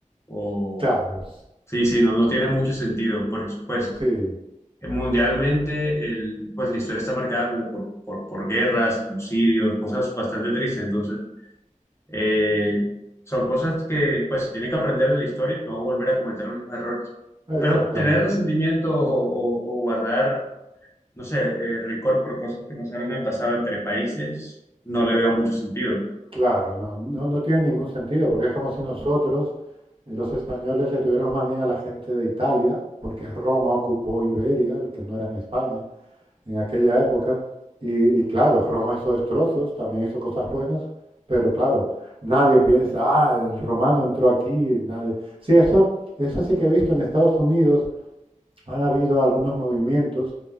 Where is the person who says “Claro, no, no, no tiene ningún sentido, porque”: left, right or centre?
Right